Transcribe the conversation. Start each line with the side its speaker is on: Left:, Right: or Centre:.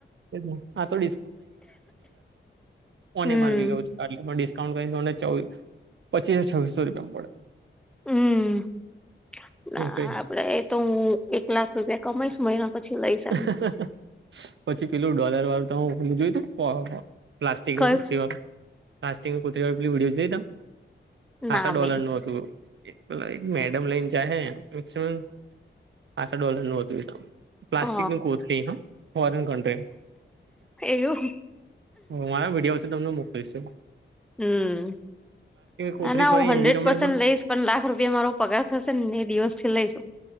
Right: એજ ને. આ તો કોને
Centre: હમ
Right: મારવી ગયો છે કારલે ડિસ્કાઉન્ટ કરીને પચીસો છવવીસો રૂપિયામાં પડે
Centre: હમ ના
Right: પડે
Centre: આપડે તો હું એક લાખ રૂપિયા કમઈશ મહિના પછી લઈ
Right: હમ
Centre: જમ
Right: પછી પેલું ડોલર વાળું તો હું પેું જોયું તું પ્લાસ્ટિક
Centre: કયું
Right: પચી વાળું પ્લાસ્ટિક કુત વિડીયો લઈ તમ ખાસ
Centre: ના
Right: ડોલર
Centre: ભાઈ
Right: નું હતું એક મેડમ લાઈન ચા મેક્સમમ આા ડોલર નું હતું પ્લાસ્ટિક
Centre: અ
Right: ની કોથરી હા ફોરન કંન્ટ્રી
Centre: એવું
Right: મારા વિડીયો છે તમને મોકલીશું
Centre: હમ
Right: કોથરી
Centre: ના ના
Right: ફરી
Centre: હું હંડ્રેડ
Right: એવી રમણી
Centre: પર્સેન્ટ લઈશ પણ લાખ રૂપિયા મારો પગાર થશે ને એ દિવસ થી લઈશું